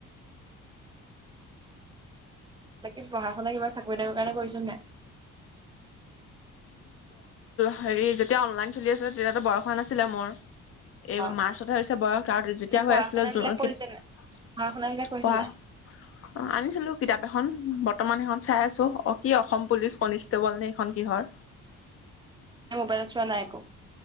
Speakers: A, on the right; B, on the left.
A: তাক পঢ়া শুনা কিবা চাকৰি তাকৰ কাৰণে কৰিছো নে?
B: হেৰি যেতিয়া অনলাইন খেলি আছিল তেতিয়াতো বয়স হোৱা নাছিলে মোৰ এই
A: অ',
B: মাৰ্চতে হৈছে বয়স আৰু যেতিয়া
A: এনে
B: হৈ
A: পঢ়া
B: আছিলে
A: শুনা
B: জ
A: বিলাক কৰিছে নাই? পঢ়া শুনা বিলাক কৰিছে
B: পঢ়া
A: নাই
B: অ আনিছিলো কিতাপ এখন বৰ্তমান সেইখন চাই আছো অ কি অসম পুলিচ কনিষ্টেবল নে সখন কি ধৰ
A: ন মোবাইলচৰা নাইকো